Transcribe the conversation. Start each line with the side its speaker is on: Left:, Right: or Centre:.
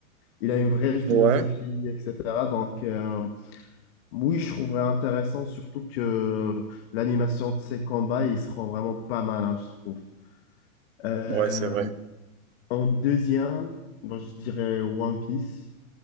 Left: Il a une vraie philosophie,
Right: Ouais,
Left: etc. Donc, euh, oui, je trouverais intéressant, surtout que l'animation de ses combats, ils seront vraiment pas mal, hein, je trouve. Euh,
Right: ouais, c'est vrai.
Left: en deuxième, bon, je dirais One Piece.